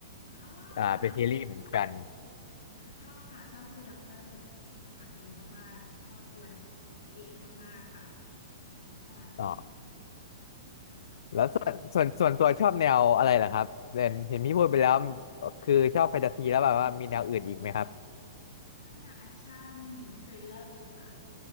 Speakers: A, on the left; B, on the left.
A: อ๋อค่ะ
B: อ่าเป็นซีรีส์เหมือนกัน
A: ค่ะชอบค่ะชอบ Good Doctor ดีค่ะดีมากๆชอบตัวตัวเอกมากๆค่ะเขาฉลาดดี
B: อ๋อ
A: ค่ะ
B: แล้วส่วนส่วนส่วนตัวชอบแนวอะไรล่ะครับเห็นเห็นพี่พูดไปแล้วคือชอบแฟนตาซีแล้วแบบว่ามีแนวอื่นอีกไหมครับ
A: ชอบแนวแอคชั่นทริลเลอร์ค่ะ